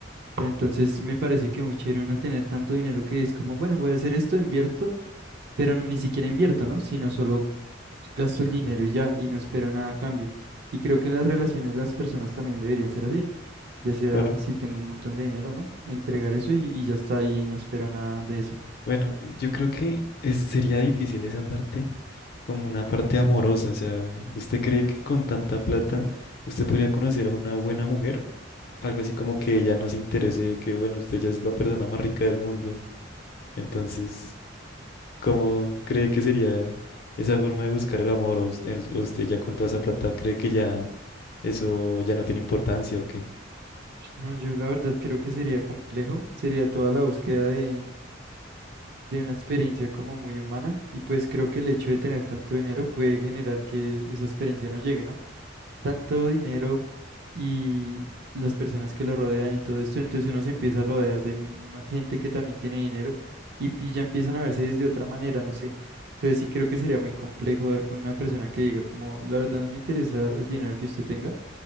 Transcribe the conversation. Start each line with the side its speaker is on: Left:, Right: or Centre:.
Right: Pero entonces me parece que muy chévere no tener tanto dinero que es como, bueno, voy a hacer esto, invierto, pero ni siquiera invierto, ¿no? Sino solo gasto el dinero y ya, y no espero nada a cambio. Y creo que en las relaciones las personas también deberían ser así, ya sea
Left: claro.
Right: si tengo un montón de dinero, ¿no? Entregar eso y, y ya está ahí, no espero nada de eso.
Left: Bueno, eh, yo creo que es- sería difícil esa parte como una parte amorosa. O sea, ¿usted cree que con tanta plata usted podría conocer a una buena mujer? Algo así como que ella no se interese, que bueno, usted ya es la persona más rica del mundo. Entonces, ¿cómo cree que sería esa forma de buscar el amor? ¿O usted, usted ya con toda esa plata cree que ya eso ya no tiene importancia o qué?
Right: No, yo la verdad creo que sería complejo, sería toda la búsqueda de, de una experiencia como muy humana y pues creo que el hecho de tener tanto dinero puede generar que esa experiencia no llegue, ¿no? tanto dinero y las personas que lo rodean y todo esto, entonces uno se empieza a rodear de ma- gente que también tiene dinero y, y ya empiezan a verse desde otra manera, no sé. Entonces sí creo que sería muy complejo dar con una persona que diga como, la verdad no me interesa el dinero que usted tenga.